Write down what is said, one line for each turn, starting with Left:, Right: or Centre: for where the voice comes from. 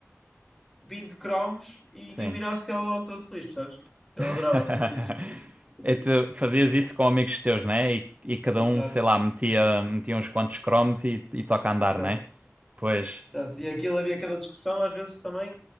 Centre: 20 cromos e
Right: sim.
Centre: quem mirasse ficava logo todo feliz, percebes? Eu
Right: <laughs>
Centre: adorava fazer isso. mas Deus.
Right: E tu fazias isso com amigos teus, né? E, e cada
Centre: Exato,
Right: um, sei lá, metia, metia uns quantos cromos e, e toca a andar,
Centre: exato,
Right: né? Pois,
Centre: exato. E aquilo havia aquela discussão, às vezes também,